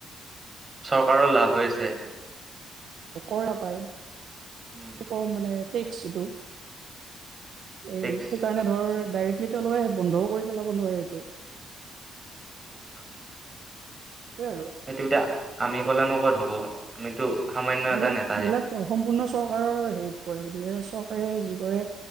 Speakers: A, on the right (about 30°); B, on the right (about 65°).
A: চৰকাৰৰ লাভ হৈ আছে।
B: কৰ পাই,
A: উম উম
B: এ মানে
A: উম
B: টেক্স যিটো। এই
A: টেক্স
B: সেইকাৰণে ধৰ ডাইৰেক্টলি তেওঁলোকে বন্ধও কৰি পেলাব নোৱাৰে এইটো।
A: অ।
B: সেইটোৱে আৰু
A: সেইটো এতিয়া আমি ক'লে নো ক'ত হ'ব। আমিতো সামান্য
B: এইবিলাক
A: এটা নেতাহে
B: এইবিলাক সম্পূৰ্ণ চৰকাৰৰ হেৰিত পৰে গতিকে চৰকাৰে যি কৰে